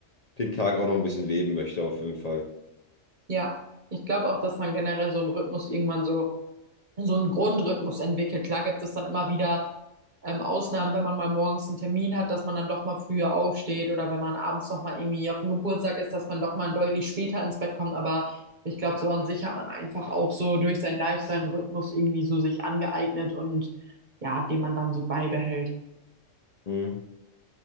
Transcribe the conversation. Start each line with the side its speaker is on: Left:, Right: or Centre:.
Left: den Tag auch noch ein bisschen leben möchte, auf jeden Fall.
Right: Ja, ich glaube auch, dass man generell so einen Rhythmus irgendwann so, so einen Grundrhythmus entwickelt. Klar gibt es dann immer wieder ähm, Ausnahmen, wenn man mal morgens einen Termin hat, dass man dann doch mal früher aufsteht oder wenn man abends noch mal irgendwie auf dem Geburtstag ist, dass man doch mal deutlich später ins Bett kommt. Aber ich glaube, so an sich hat man einfach auch so durch seinen Lifestyle einen Rhythmus irgendwie so sich angeeignet und ja, den man dann so beibehält.
Left: Mhm.